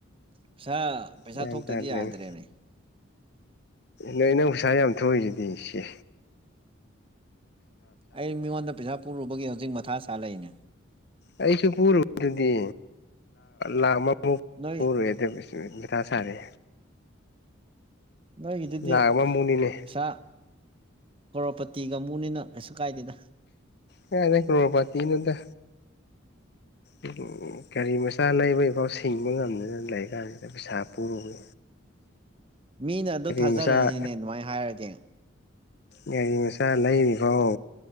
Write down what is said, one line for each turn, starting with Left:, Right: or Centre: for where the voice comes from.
Right: ꯄꯩꯁꯥ ꯄꯩꯁꯥ
Left: ꯒ꯭ꯌꯥꯟ
Right: ꯊꯣꯛꯇꯗꯤ
Left: ꯇꯥꯗ꯭ꯔꯦꯅꯦ
Right: ꯌꯥꯗ꯭ꯔꯦꯕꯅꯦ
Left: ꯅꯣꯏ ꯅꯪ ꯄꯩꯁꯥ ꯌꯥꯝ ꯊꯣꯛꯏꯁꯤꯗꯤ ꯏꯆꯦ
Right: ꯑꯩ ꯃꯤꯉꯣꯟꯗ ꯄꯩꯁꯥ ꯄꯨꯔꯨꯕꯒꯤ ꯍꯧꯖꯤꯛ ꯃꯊꯥ ꯁꯥ ꯂꯩꯅꯦ
Left: ꯑꯩꯁꯨ ꯄꯨꯔꯨ ꯑꯗꯨꯗꯤ ꯂꯥꯛ ꯑꯃ
Right: ꯅꯣꯏ
Left: ꯄꯨꯔꯨꯦ ꯑꯗꯨ ꯃꯊꯥ ꯁꯥꯔꯦ
Right: ꯅꯣꯏꯒꯤꯗꯨꯗꯤ
Left: ꯂꯥꯛ
Right: ꯄꯩꯁꯥ
Left: ꯑꯃꯃꯨꯛꯅꯤꯅꯦ
Right: ꯀꯣꯔꯒꯣꯔꯣꯄꯇꯤꯒꯕꯨꯅꯤꯅ ꯀꯩꯁꯨ ꯀꯥꯏꯗꯦꯗ
Left: ꯀꯅ ꯀ꯭ꯂꯣ ꯄꯇꯤꯅꯗ ꯎꯝ ꯒꯥꯔꯤ ꯃꯆꯥ ꯂꯩꯕ ꯏꯐꯥꯎ ꯁꯤꯡꯕ ꯉꯝꯗꯅ ꯂꯩ ꯀꯥꯟꯁꯤꯗ ꯇ ꯄꯩꯁꯥꯄꯨꯔꯨꯒꯦ
Right: ꯃꯤꯅ ꯑꯗꯨ ꯊꯥꯖꯔꯅꯤꯅꯦ
Left: ꯃꯆꯥ
Right: ꯑꯗꯨꯃꯥꯏꯅ ꯍꯥꯏꯔꯗꯤ
Left: ꯒꯥꯔꯤ ꯃꯆꯥ ꯂꯩꯔꯤ ꯐꯥꯎ